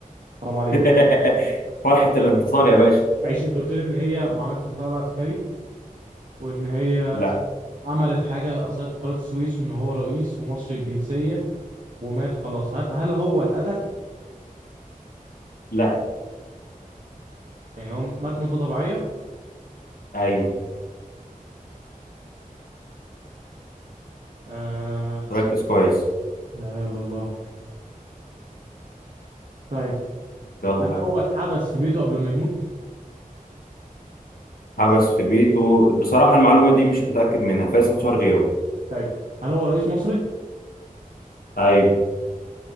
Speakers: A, on the right; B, on the left.
A: حرام عليك
B: <laughs> فرحة الانتصار يا باشا
A: ماشي أنت قلت لي إن هي ما عملتش انقلاب عسكري وإن هي
B: لا
A: عملت حاجة أثرت في قناة السويس وإن هو رئيس ومصري الجنسية ومات خلاص هل هل هو اتقتل؟
B: لا
A: يعني هو مات موتة طبيعية؟
B: ايوه
A: آه
B: ركز كويس
A: لا إله إلا الله طيب
B: يلا
A: هل هو اتحبس في بيته قبل ما يموت؟
B: حبس في بيته بصراحة المعلومة دي مش متأكد منها فايز انتصار غيره
A: طيب هل هو رئيس مصري؟
B: ايوه